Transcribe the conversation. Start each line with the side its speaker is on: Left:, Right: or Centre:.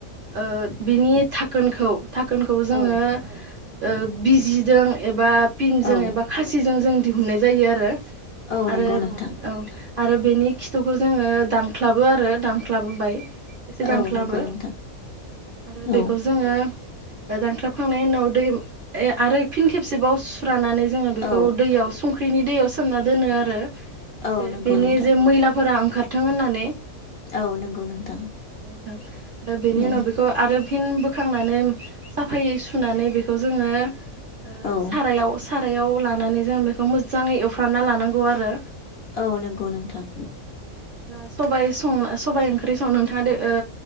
Right: ओ बिनि थाखोनखौ थाखोनखौ जोङो
Left: औ
Right: ओ बिजिदों एबा फिनजों
Left: औ
Right: एबा खासि जों जों दिहुननाय जायो आरो
Left: औ
Right: आरो
Left: नंगौ नोंथां
Right: औ आरो बेनि खिथुखौ जोङो दानख्लाबो आरो दानख्लाबो बाय एसे दांख्लाबो
Left: औ नंगौ नोंथां
Right: आरो
Left: औ
Right: बेखौ जोङो दानख्लाबखांनायनि उनाव दै ए आरो फिन खेबसेबाव फ्रानानै जोङो बेखौ
Left: औ
Right: दैयाव संख्रि ख्रिनि दैयाव सोमना दोनो आरो
Left: औ
Right: एसे
Left: नंगौ
Right: बेनि
Left: नोंथां
Right: जे मैलाफोरा ओंखार थों होननानै
Left: औ नंगौ नोंथां
Right: ओं दा बेनि
Left: औ
Right: उनाव बेखौ आरो फिन बोखांनानै साफायै सुनानै बेखौ जोङो ओ
Left: औ
Right: सारायाव सारायाव लानानै जों बेखौ मोजाङै एवफ्रामना लानांगौ आरो
Left: औ नंगौ नोंथां
Right: दा सबाइ सं सबाइ ओंख्रि सं नोंथाङा दो ओ